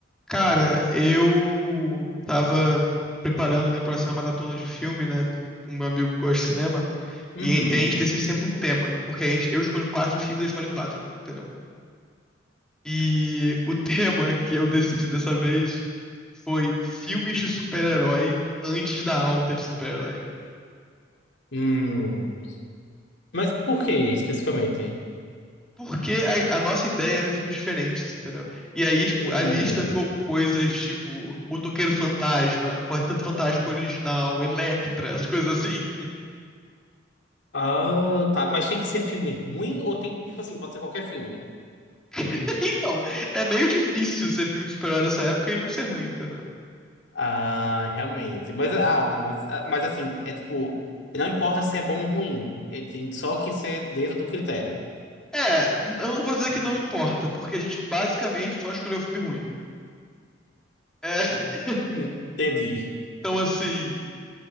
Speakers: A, in the centre; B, on the left (about 65°).
A: Cara, eu tava preparando minha próxima maratona de filme, né, com o meu amigo que gosta de cinema,
B: Uhum.
A: e a gente decide sempre um tema, porque a gente, eu escolho quatro filmes, ele escolhe quatro, entendeu? E o <laughs> tema que eu decidi dessa vez foi filmes de super-herói antes da alta de super-herói.
B: Hum. Mas por que especificamente?
A: Porque a, a nossa ideia é ver filmes diferentes, entendeu? E aí, tipo,
B: Hum.
A: a lista ficou com coisas tipo Motoqueiro Fantasma, Quarteto Fantástico Original, Elektra, essas coisas assim.
B: Ah, tá. Mas tem que ser filme ruim ou tem, tipo assim, pode ser qualquer filme?
A: <laughs> Então, é meio difícil ser filme de super-herói nessa época e não ser ruim, entendeu?
B: Ah, realmente. Mas, ah, não, mas, ah, mas assim, é tipo, não importa se é bom ou ruim, ele tem só que ser dentro do critério.
A: É, n- eu não vou dizer que não importa, porque a gente basicamente só escolheu um filme ruim. É, <laughs>
B: Hum, entendi.
A: então assim,